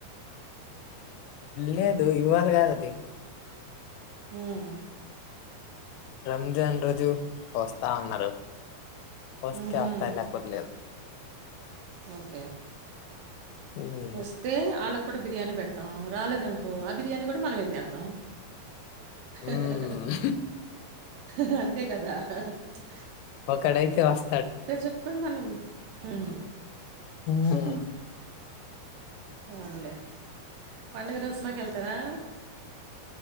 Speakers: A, on the left (about 85°); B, on the right (about 70°).
A: లేదు ఇవాళ కాదది
B: ఊమ్
A: రంజాన్ రోజు వస్తా అన్నారు వస్తే
B: ఉహు
A: వస్తా లేకపోలేదు
B: ఓకే
A: ఉమ్
B: వస్తే ఆళక్ బిర్యానీ పెడతాం రాలేదనుకో ఆ బిర్యానీ కూడా మనం తినేద్దాం హా
A: ఉమ్
B: హా హా అంతే కదా కహ
A: ఒక్కడయితే వస్
B: పేరు చెప్పుకొని మలుంది ఊమ్ హా
A: ఉమ్
B: హ పోన్లే పండగ రోజు సినిమాకెళ్తారా